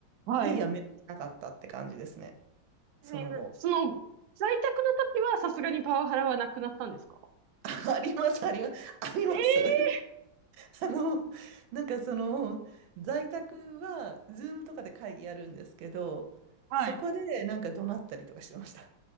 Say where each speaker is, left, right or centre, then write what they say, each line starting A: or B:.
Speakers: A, on the right; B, on the right.
A: はい。
B: で、やめられなかったって感じですね。その後。
A: えーその、在宅の時はさすがにパワハラはなくなったんですか
B: <laughs> あります、あります、あります。
A: えー
B: <laughs> あの、なんかその、在宅は、ズームとかで会議やるんですけど、
A: はい。
B: そこでなんか怒鳴ったりとかしてました。